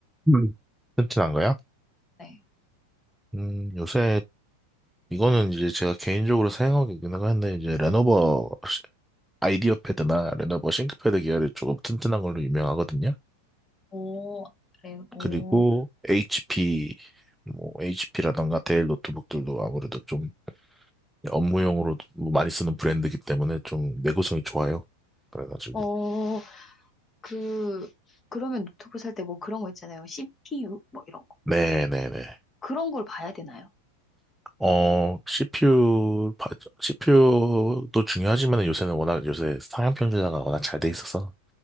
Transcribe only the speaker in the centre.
음. 튼튼한 거야?
음, 요새 이거는 이제 제가 개인적으로 사용하고 있는 건데 이제 레노버 시- 아이디어 패드나 레노버 싱크패드 계열이 조금 튼튼한 걸로 유명하거든요.
그리고 HP 뭐 HP라던가 데일 노트북들도 아무래도 좀 업무용으로 많이 쓰는 브랜드이기 때문에 좀 내구성이 좋아요. 그래가지고
네네네.
어, CPU, CPU도 중요하지만 요새는 워낙 요새 상향 평준화가 워낙 잘 돼 있어서